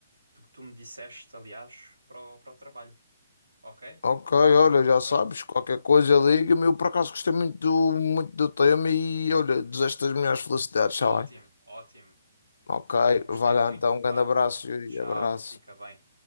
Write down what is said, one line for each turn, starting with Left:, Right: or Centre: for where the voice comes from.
Right: do que tu me disseste, aliás, para o, para o trabalho. Ok?
Left: Ok, olha, já
Right: Pronto.
Left: sabes, qualquer coisa liga-me. Eu por acaso gostei muito do, muito do tema e olha, desejo-te as melhores felicidades, está
Right: Ótimo,
Left: bem?
Right: ótimo.
Left: Ok,
Right: Gostei
Left: vai
Right: muito.
Left: lá então, um grande
Right: Vá.
Left: abraço, Yuri,
Right: Tchau,
Left: abraço.
Right: fica bem.